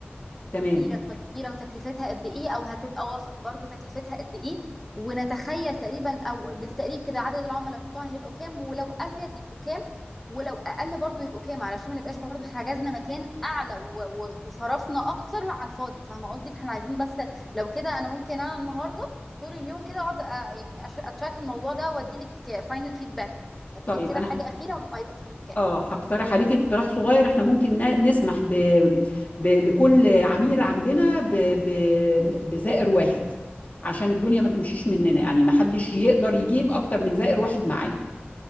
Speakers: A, on the left (about 40°); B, in the centre.
A: تمام.
B: كبيرة طب كبيرة وتكلفتها قد إيه أو هتبقى وسط برضو تكلفتها قد إيه ونتخيل تقريبا أو بالتقريب كده عدد العملاء بتوعنا هيبقوا كام ولو أزيد يبقوا كام ولو أقل برضو يبقوا كام علشان ما نبقاش برضو حجزنا مكان أعلى و- وصرفنا أكتر على الفاضي فاهمة قصدي فاحنا عايزين بس لو كده أنا ممكن أنا النهاردة طول اليوم كده أقعد أ- يعني أش- أتراك الموضوع ده وأديلك فاينل فيدباك أديلك
A: طيب
B: كده
A: انا
B: حاجة أخيرة هيبقى في حدود كام
A: اه هقترح عليك اقتراح صغير احنا ممكن ن- نسمح ب... ب... لكل عميل عندنا ب... ب... بزائر واحد عشان الدنيا ما تمشيش مننا يعني ما حدش يقدر يجيب اكتر من زائر واحد معاه